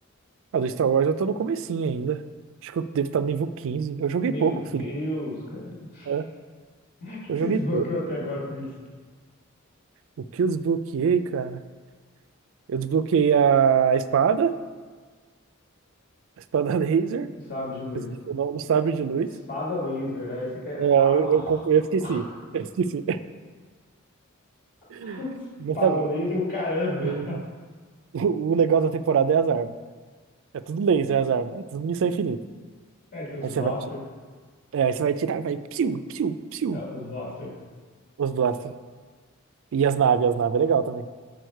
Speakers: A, on the right; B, on the left.
A: Ah, do Star Wars eu tô no comecinho ainda. Acho que eu devo estar no nível 15. Eu joguei
B: Meu
A: pouco, filho.
B: Deus, cara. O
A: É,
B: que
A: eu
B: que
A: joguei
B: você desbloqueou
A: pouco.
B: até agora com isso?
A: O que eu desbloqueei, cara? Eu desbloqueei a espada, a espada <laughs> laser,
B: O Sabre de luz.
A: eu esqueci o nome, o sabre de luz.
B: Espada laser. Aí você quer.
A: É, eu,
B: Ah,
A: eu, comp- eu esqueci.
B: ah.
A: Eu esqueci. <laughs>
B: <laughs>
A: Mas
B: Espada
A: tá bom.
B: laser, caramba!
A: O, o- o legal da temporada é as armas. É tudo laser, as armas. É tudo munição infinita.
B: É, tem os
A: Aí
B: Blaster.
A: você vai, ti- é, aí você vai tirar, vai piu, piu, piu.
B: É, os Blaster.
A: Os blasters. E as naves, as naves é legal também.